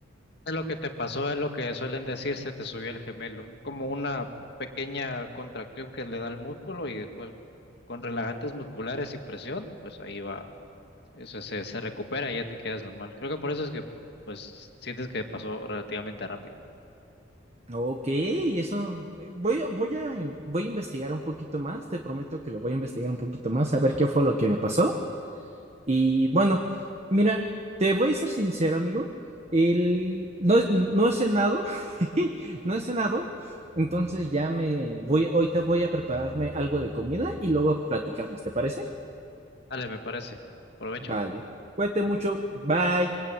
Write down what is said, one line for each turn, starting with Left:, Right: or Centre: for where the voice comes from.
Left: es Lo que te pasó es lo que suelen decir, se te subió el gemelo. Es como una pequeña contracción que le da el músculo y después con relajantes musculares y presión, pues ahí va, eso se, se recupera y ya te quedas normal. Creo que por eso es que pues sientes que pasó relativamente rápido.
Right: Ok, eso eh, voy, a- voy, a, in- voy a investigar un poquito más, te prometo que lo voy a investigar un poquito más, a ver qué fue lo que me pasó. Y bueno, mira, te voy a ser sincero, amigo, el, no, he- no he cenado, <laughs> no he cenado, entonces ya me voy, ahorita voy a prepararme algo de comida y luego platicamos, ¿te parece?
Left: Vale, me parece. Provecho.
Right: Vale, cuídate mucho, bye.